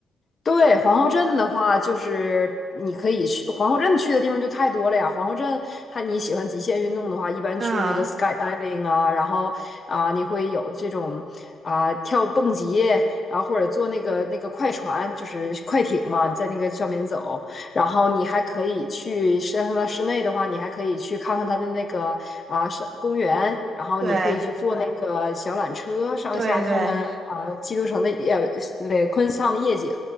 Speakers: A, on the left (about 35°); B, on the right (about 45°).
A: 对，皇后镇的话，就是你可以去皇后镇去的地方就太多了呀。皇后镇，它你喜欢极限运动的话，一般去那个
B: 嗯，
A: skydiving 啊，然后啊、你会有这种啊、跳蹦极，然后或者坐那个那个快船，就是快艇嘛，在那个上面走。然后你还可以去，实际上它室内的话，你还可以去看看它的那个啊、是公园，然后你可以去坐那个小缆车上下看看啊、
B: 对对对
A: 基督城的夜，对，昆士兰的夜景。